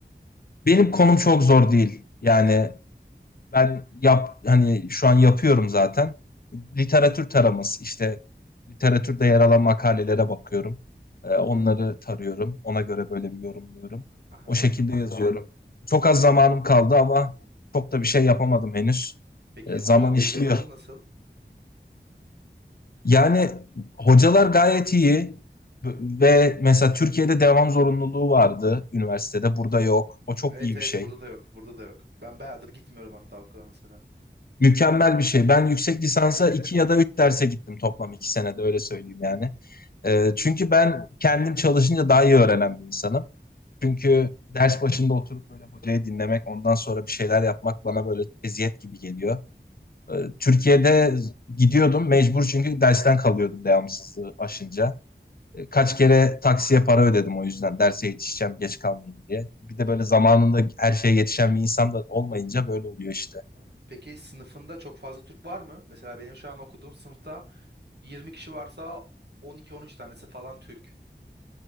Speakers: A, on the left (about 55°); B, on the right (about 65°).
A: benim konum çok zor değil. Yani ben yap hani şu an yapıyorum zaten. Literatür taraması işte literatürde yer alan makalelere bakıyorum. Ee, onları
B: Hı hı.
A: tarıyorum. Ona göre böyle bir yorumluyorum.
B: Aha
A: O şekilde
B: anladım.
A: yazıyorum. Çok az zamanım kaldı ama çok da bir şey yapamadım henüz.
B: Peki
A: Ee,
B: hoca,
A: zaman
B: hocaların
A: işliyor.
B: nasıl?
A: Yani hocalar gayet iyi ve mesela Türkiye'de devam zorunluluğu vardı üniversitede. Burada yok. O çok
B: Evet
A: iyi
B: evet
A: bir şey.
B: burada da yok. Burada da yok. Ben bayağıdır gitmiyorum hatta okula mesela.
A: Mükemmel bir şey. Ben yüksek lisansa iki ya da üç derse gittim toplam iki senede öyle söyleyeyim yani. Ee, çünkü ben kendim çalışınca daha iyi öğrenen bir insanım. Çünkü
B: <laughs> <laughs>
A: ders başında oturup böyle hocayı dinlemek, ondan sonra bir şeyler yapmak bana böyle eziyet gibi geliyor. Ee, Türkiye'de gidiyordum mecbur çünkü dersten kalıyordum devamsızlığı aşınca. Ee, kaç kere taksiye para ödedim o yüzden derse yetişeceğim, geç kalmayayım diye. Bir de böyle zamanında her şeye yetişen bir insan da olmayınca böyle oluyor işte.
B: Ha, Peki sınıfında çok fazla Türk var mı? Mesela benim şu an okuduğum sınıfta 20 kişi varsa 12-13 tanesi falan Türk.